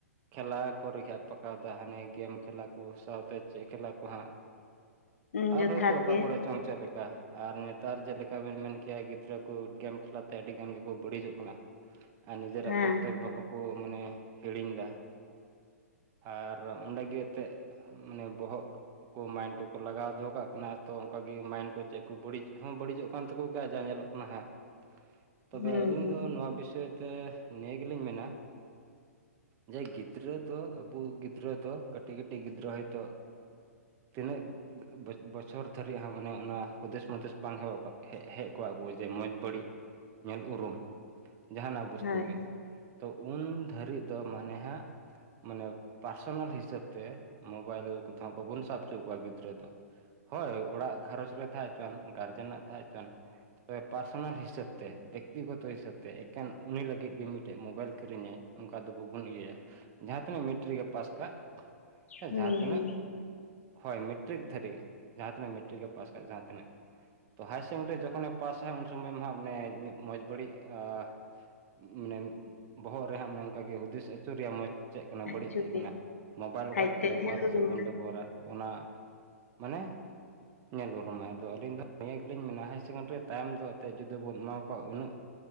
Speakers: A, on the right; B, on the left.
A: ᱠᱷᱮᱞᱟ ᱠᱚᱨᱮᱜᱮ ᱯᱟᱠᱟᱣᱫᱟ ᱦᱟᱱᱮ ᱜᱮᱢ ᱠᱷᱮᱞᱟ ᱠᱚ ᱥᱟᱶᱛᱮ ᱪᱮᱫ ᱠᱷᱮᱞᱟ ᱠᱚ ᱦᱟᱸᱜ
B: ᱦᱩᱸ,
A: ᱟᱨ
B: ᱡᱚᱛᱷᱟᱛ
A: ᱦᱚᱭᱛᱳ ᱚᱠᱟ
B: ᱜᱮ
A: ᱠᱚᱨᱮ ᱪᱚᱝ <unintelligible> ᱞᱮᱠᱟ ᱟᱨ ᱱᱮᱛᱟᱨ ᱪᱮᱫᱮᱠᱟ ᱵᱮᱱ ᱢᱮᱱ ᱠᱮᱭᱟ ᱜᱤᱫᱽᱨᱟᱹ ᱠᱩ ᱜᱮᱢ ᱠᱷᱮᱞᱟ ᱟᱹᱰᱤ ᱜᱟᱱ ᱜᱮᱠᱚ ᱵᱟᱹᱲᱤᱡᱚᱜ ᱠᱟᱱᱟ ᱟᱨ ᱱᱤᱡᱮᱨᱟᱜ
B: ᱦᱮᱸ
A: ᱠᱚᱨᱛᱚᱵᱽᱵᱚ ᱦᱚᱸᱠᱚ ᱢᱟᱱᱮ ᱦᱤᱲᱤᱧᱫᱟ ᱟᱨ ᱚᱸᱰᱮ ᱜᱮ ᱮᱛᱮᱫ ᱢᱟᱱᱮ ᱵᱚᱦᱚᱜ ᱠᱚ ᱢᱟᱭᱤᱱᱰ ᱠᱚᱠᱚ ᱞᱟᱜᱟᱣ ᱫᱚᱦᱚ ᱠᱟᱜ ᱠᱟᱱᱟ ᱛᱚ ᱚᱱᱠᱟᱜ ᱜᱮ ᱢᱟᱭᱤᱱᱰ ᱠᱚ ᱪᱮᱫ ᱠᱚ ᱵᱟᱹᱲᱤᱡ ᱦᱚᱸ ᱵᱟᱹᱲᱤᱡᱚᱜ ᱠᱟᱱ ᱛᱟᱠᱚ ᱜᱮᱭᱟ ᱡᱟ ᱧᱮᱞᱚᱜ ᱦᱟᱸᱜ ᱛᱚᱵᱮ
B: ᱦᱩᱸ
A: ᱟᱹᱞᱤᱧ
B: ᱦᱩᱸ
A: ᱫᱚ ᱱᱚᱣᱟ ᱵᱤᱥᱚᱭ ᱛᱮ ᱱᱤᱭᱟᱹ ᱜᱮᱞᱤᱧ ᱢᱮᱱᱟ ᱡᱮ ᱜᱤᱫᱽᱨᱟᱹ ᱫᱚ ᱟᱵᱩ ᱜᱤᱫᱽᱨᱟᱹ ᱫᱚ ᱠᱟᱹᱴᱤᱡ ᱠᱟᱹᱴᱤᱡ ᱜᱤᱫᱽᱨᱟᱹ ᱦᱚᱭᱛᱳ ᱛᱤᱱᱟᱹᱜ ᱵᱚᱪᱷᱚᱨ ᱫᱷᱟᱹᱨᱤᱡ ᱢᱟᱱᱮ ᱚᱱᱟ ᱦᱩᱫᱮᱥ <unintelligible> ᱵᱟᱝ ᱦᱮᱡ <unintelligible> ᱡᱮ ᱢᱚᱡᱽ ᱵᱟᱹᱲᱤᱡ ᱧᱮᱞ ᱩᱨᱩᱢ ᱡᱟᱦᱟᱱᱟᱜ ᱵᱚᱥᱛᱩ
B: ᱦᱳᱭ
A: ᱜᱮ ᱛᱚ ᱩᱱ ᱫᱷᱟᱹᱨᱤᱡ ᱫᱚ ᱢᱟᱱᱮ ᱦᱟᱸᱜ ᱢᱟᱱᱮ ᱯᱟᱨᱥᱚᱱᱟᱞ ᱦᱤᱥᱟᱹᱵ ᱛᱮ ᱢᱳᱵᱟᱭᱤᱞ ᱠᱚᱫᱚ <unintelligible> ᱵᱟᱵᱩᱱ ᱥᱟᱵ ᱪᱚ ᱠᱚᱣᱟ ᱜᱤᱫᱽᱨᱟᱹ ᱫᱚ ᱦᱳᱭ ᱚᱲᱟᱜ ᱜᱷᱟᱨᱚᱸᱧᱡᱽ ᱨᱮ ᱛᱟᱦᱮᱸ ᱦᱚᱪᱚᱣᱟᱱ ᱜᱟᱨᱡᱮᱱ ᱱᱟᱜ ᱛᱟᱦᱮᱸ ᱦᱚᱪᱚᱣᱟᱱ ᱛᱚᱵᱮ ᱯᱟᱨᱥᱚᱱᱟᱞ ᱦᱤᱥᱟᱹᱵ ᱛᱮ ᱵᱮᱠᱛᱤᱜᱚᱛᱚ ᱦᱤᱥᱟᱹᱵ ᱛᱮ ᱮᱠᱮᱱ ᱩᱱᱤ ᱞᱟᱹᱜᱤᱫ ᱜᱮ ᱢᱤᱫᱴᱮᱡ ᱢᱳᱵᱟᱭᱤᱞ ᱠᱤᱨᱤᱧᱟᱭ ᱚᱱᱠᱟ ᱫᱚ ᱵᱟᱵᱚᱱ ᱤᱭᱟᱹᱭᱟ ᱡᱟᱦᱟᱸ ᱛᱤᱱᱟᱹᱜ ᱢᱮᱴᱨᱤᱠ ᱮ ᱯᱟᱥ ᱠᱟᱜ ᱥᱮ
B: ᱦᱩ
A: ᱡᱟᱦᱟᱸ ᱛᱤᱱᱟᱹᱜ
B: ᱦᱩ
A: ᱦᱳᱭ ᱢᱮᱴᱨᱤᱠ ᱫᱷᱟᱹᱨᱤᱡ ᱡᱟᱦᱟᱸ ᱛᱤᱱᱟᱹᱜ ᱢᱮᱴᱨᱤᱠ ᱮ ᱯᱟᱥ ᱠᱟᱜ ᱡᱟᱦᱟᱸ ᱛᱤᱱᱟᱹᱜ ᱛᱚ ᱦᱟᱭᱟᱨ ᱥᱮᱠᱮᱱᱰᱟᱨᱤ ᱡᱚᱠᱷᱚᱱᱮ ᱯᱟᱥᱟ ᱩᱱ ᱥᱚᱢᱚᱭ ᱢᱟ ᱢᱟᱱᱮ ᱢᱚᱡᱽ ᱵᱟᱹᱲᱤᱡ ᱟ ᱢᱟᱱᱮ ᱵᱚᱦᱚᱜ ᱨᱮᱦᱟᱸᱜ ᱚᱱᱠᱟᱜᱮ ᱦᱩᱫᱤᱥ ᱟᱹᱪᱩᱨ ᱨᱮᱭᱟᱜ ᱢᱚᱡᱽ ᱪᱮᱫ ᱠᱟᱱᱟ ᱵᱟᱹᱲᱤᱡ
B: ᱟᱹᱪᱩ
A: ᱪᱮᱫ
B: ᱜᱮ
A: ᱠᱟᱱᱟ ᱢᱳᱵᱟᱭᱤᱞ ᱚᱠᱟᱴᱷᱮᱱᱧ
B: ᱟᱡᱛᱮ
A: ᱵᱮᱵᱚᱦᱟᱨᱟ
B: ᱧᱮᱞ ᱩᱨᱩᱢᱟ
A: ᱥᱮ ᱵᱟᱹᱧ ᱵᱮᱵᱚᱦᱟᱨᱟ ᱚᱱᱟ ᱢᱟᱱᱮ ᱧᱮᱞ ᱩᱨᱩᱢᱟᱭ ᱟᱫᱚ ᱟᱹᱞᱤᱧ ᱫᱚ ᱱᱤᱭᱟᱹ ᱜᱮᱞᱤᱧ ᱢᱮᱱᱟ ᱦᱟᱭᱟᱨ ᱥᱮᱠᱮᱱᱰᱟᱨᱤ ᱛᱟᱭᱚᱢ ᱫᱚ ᱮᱛᱮᱫ ᱡᱩᱫᱤ ᱵᱚᱱ ᱮᱢᱟ ᱩᱱᱟᱹᱜ